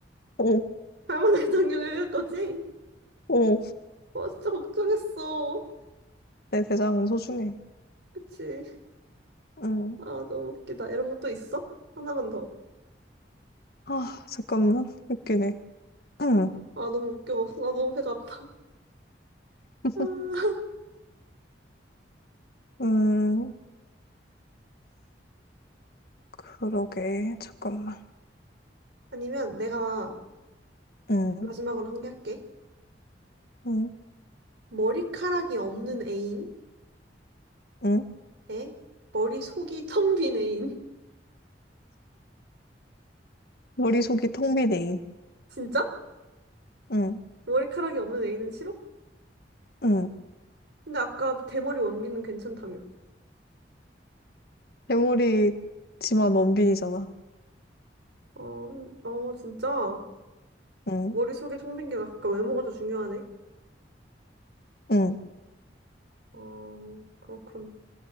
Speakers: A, on the left; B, on the right.
A: 오,
B: 할머니 장경을 읽을 거지?
A: 오.
B: 와, 진짜 걱정했어.
A: 내 대장은 소중해.
B: 그치?
A: 응.
B: 아, 너무 웃기다. 이런 것도 있어? 하나만 더.
A: 아, 잠깐만. 웃기네. 응.
B: 아, 너무 웃겨. 나 너무 배가 아파.
A: <laughs>
B: 아.
A: 음, 그러게. 잠깐만.
B: 아니면 내가
A: 응,
B: 마지막으로 한 개 할게.
A: 응,
B: 머리카락이 없는 애인
A: 응.
B: 대 머리속이 텅빈 애인. <laughs>
A: 머리속이 텅 비네.
B: 진짜?
A: 응,
B: 머리카락이 없는 애인은 싫어?
A: 응.
B: 근데 아까 대머리 원빈은 괜찮다며.
A: 내 머리지만 원빈이잖아.
B: 어, 근- 어, 진짜?
A: 응,
B: 머리속이 텅빈 게 아까 외모가 더 중요하네.
A: 응,
B: 어, 그렇군.